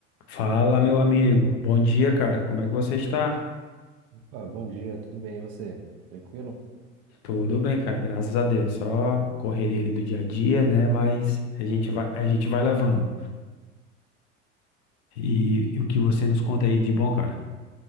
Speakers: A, on the left; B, on the right.
A: Fala, meu amigo. Bom dia, cara. Como é que você está?
B: Ah, bom dia, tudo bem? E você? Tranquilo?
A: Tudo bem, cara. Graças a Deus. Só a correria ali do dia a dia, né? Mas a gente
B: Uhum.
A: vai, a gente vai levando. E, e o que você nos
B: Hum.
A: conta aí de bom, cara?